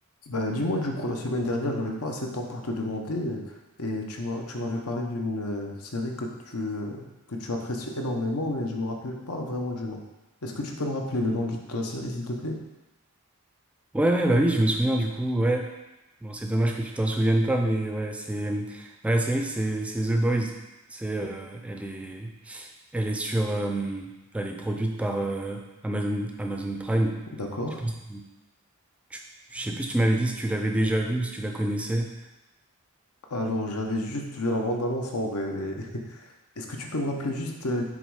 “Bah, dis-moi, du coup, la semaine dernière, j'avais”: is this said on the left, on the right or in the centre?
Left